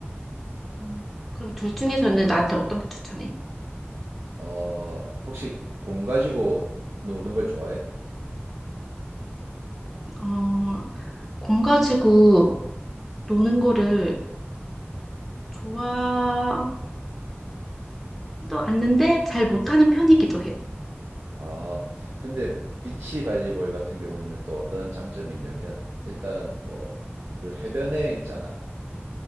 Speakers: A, in the centre; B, on the right (about 75°).
A: 어, 그럼 둘 중에서는 나한테 어떤 거 추천해?
B: 어, 혹시 공 가지고 노는 걸 좋아해?
A: 어, 공 가지고 노는 거를 좋아하지도 않는데 잘 못하는 편이기도 해.
B: 아, 근데 비치 발리볼 같은 경우는 또 어떤 장점이 있냐면 일단 뭐 그 해변에 있잖아.